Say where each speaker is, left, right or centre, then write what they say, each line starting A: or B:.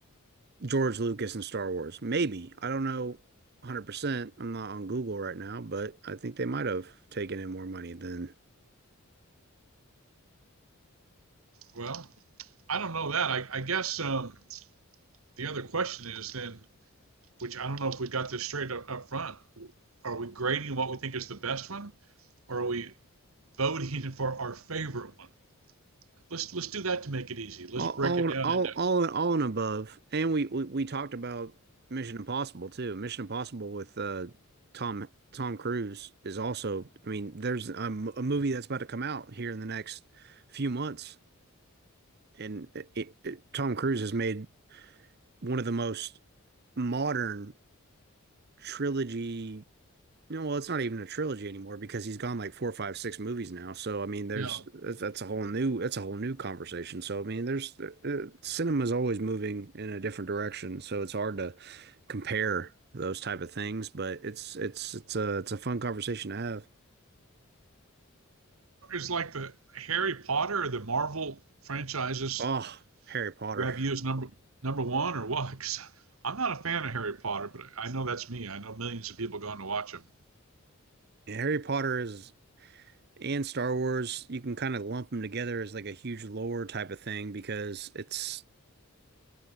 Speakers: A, on the right; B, on the right.
A: George Lucas and Star Wars. Maybe. I don't know 100%. I'm not on Google right now, but I think they might have taken in more money than
B: well, I don't know that. I, I guess um, the other question is then, which I don't know if we got this straight up, up front. Are we grading what we think is the best one, or are we voting <laughs> for our favorite one? Let's let's do that to make it easy. Let's
A: All,
B: break
A: all,
B: it down
A: all,
B: into.
A: all, all and above. And we, we, we talked about Mission Impossible too. Mission Impossible with uh, Tom Tom Cruise is also. I mean, there's a, m- a movie that's about to come out here in the next few months, and it, it, Tom Cruise has made one of the most modern trilogy You know, well, it's not even a trilogy anymore because he's gone like four, five, six movies now. So I mean, there's
B: Yeah.
A: that's a whole new that's a whole new conversation. So I mean, there's uh, cinema's always moving in a different direction. So it's hard to compare those type of things, but it's it's it's a it's a fun conversation to have.
B: It's like the Harry Potter or the Marvel franchises
A: Oh, Harry Potter.
B: grab you as number number one or what? <laughs> 'Cause I'm not a fan of Harry Potter, but I know that's me. I know millions of people going to watch them.
A: Yeah, Harry Potter is and Star Wars, you can kind of lump them together as like a huge lore type of thing because it's